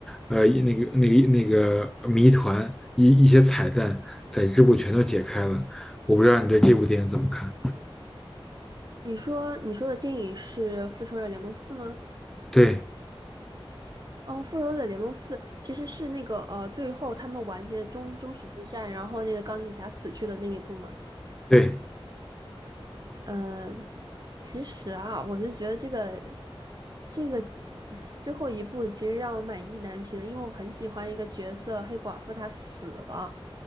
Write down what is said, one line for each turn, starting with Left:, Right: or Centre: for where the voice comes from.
Centre: 呃，那个那个那个谜团一一些彩蛋，在这部全都解开了。我不知道你对这部电影怎么看？
Right: 你说你说的电影是《复仇者联盟四》吗？
Centre: 对
Right: 哦，《复仇者联盟四》其实是那个呃，最后他们完结的终终始之战，然后那个钢铁侠死去的那一部嘛。
Centre: 对，
Right: 嗯，其实啊，我就觉得这个这个几最后一部其实让我满意难平的，因为我很喜欢一个角色黑寡妇，她死了，